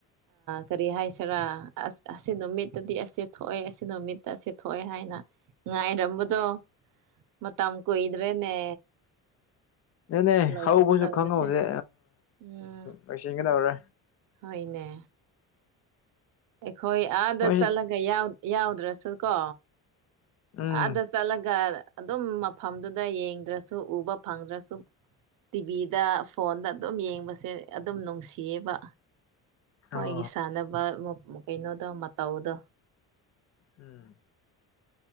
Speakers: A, on the right; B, on the left.
A: ꯀꯔꯤ ꯍꯥꯏꯁꯤꯔꯥ ꯑꯁ ꯑꯁꯤ ꯅꯨꯃꯤꯠꯇꯗꯤ ꯑꯁꯤ ꯊꯣꯛꯑꯦ ꯑꯁꯤ ꯅꯨꯃꯤꯠꯇ ꯑꯁꯤ ꯊꯣꯛꯑꯦ ꯍꯥꯏꯅ ꯉꯥꯏꯔꯝꯕꯗꯣ ꯃꯇꯝ ꯀꯨꯏꯗ꯭ꯔꯦꯅꯦ
B: ꯅꯅꯦ
A: ꯂꯣꯏꯁꯤꯟꯒꯗꯧꯕꯁꯦ
B: ꯍꯧꯕꯁꯨ ꯈꯪꯍꯧꯗꯦ
A: ꯎꯝ
B: ꯂꯣꯏꯁꯤꯟꯒꯗꯧꯔꯦ
A: ꯍꯣꯏꯅꯦ ꯑꯩꯈꯣꯏ ꯑꯥꯗ
B: ꯃꯣꯏꯁꯤ
A: ꯆꯠꯂꯒ ꯌꯥꯎꯗ꯭ꯔꯁꯨ ꯀꯣ
B: ꯎꯝ
A: ꯑꯥꯗ ꯆꯠꯂꯒ ꯑꯗꯨꯝ ꯃꯐꯝꯗꯨꯗ ꯌꯦꯡꯗ꯭ꯔꯁꯨ ꯎꯕ ꯐꯪꯗ꯭ꯔꯁꯨ ꯇꯤꯚꯤꯗ ꯐꯣꯟꯗ ꯑꯗꯨꯝ ꯌꯦꯡꯕꯁꯦ ꯑꯗꯨꯝ ꯅꯨꯡꯁꯤꯌꯦꯕ ꯃꯣꯏꯒꯤ
B: ꯑꯣ
A: ꯁꯥꯟꯅꯕ ꯀꯩꯅꯣꯗꯣ ꯃꯇꯧꯗꯣ
B: ꯎꯝ